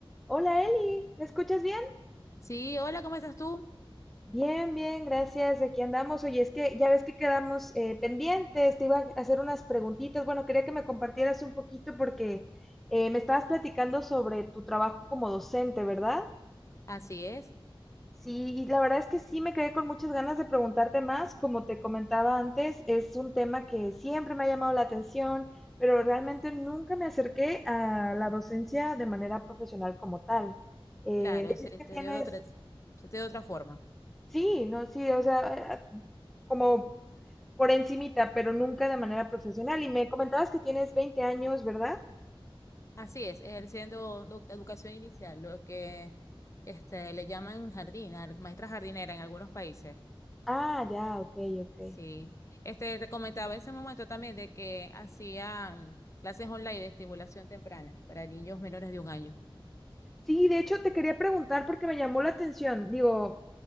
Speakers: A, in the centre; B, on the left.
A: Hola Eli, ¿me escuchas bien?
B: Sí, hola, ¿cómo estás tú?
A: Bien, bien, gracias. Aquí andamos. Oye, es que ya ves que quedamos eh, pendientes. Te iba a hacer unas preguntitas. Bueno, quería que me compartieras un poquito porque eh, me estabas platicando sobre tu trabajo como docente, ¿verdad?
B: Así es,
A: Sí, y la verdad es que sí me quedé con muchas ganas de preguntarte más. Como te comentaba antes, es un tema que siempre me ha llamado la atención, pero realmente nunca me acerqué a la docencia de manera profesional como tal. Eh,
B: claro,
A: decías
B: se
A: que
B: te
A: tienes
B: dio de otra, se te dio de otra forma.
A: Sí, no, sí, o sea, eh, como por encimita, pero nunca de manera profesional. Y me comentabas que tienes 20 años, ¿verdad?
B: Así es, ejerciendo lo- educación inicial, lo que este, le llaman jardín, ar- maestra jardinera en algunos países.
A: Ah, ya, ok, ok.
B: Sí, este, te comentaba ese momento también de que hacían clases online de estimulación temprana para niños menores de un año.
A: Sí, de hecho te quería preguntar porque me llamó la atención. Digo,